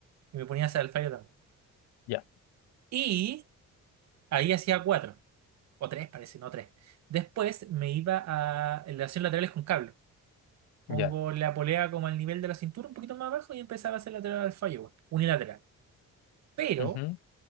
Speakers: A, on the right; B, on the left.
A: Y me ponía a hacer el fallo también.
B: ya,
A: Y ahí hacía cuatro O 3 parece, no tres Después me iba a elevaciones laterales con cable. Pongo
B: ya.
A: la polea como al nivel de la cintura, un poquito más abajo, y empezaba a hacer lateral al fallo, igual, unilateral. Pero
B: Ujú.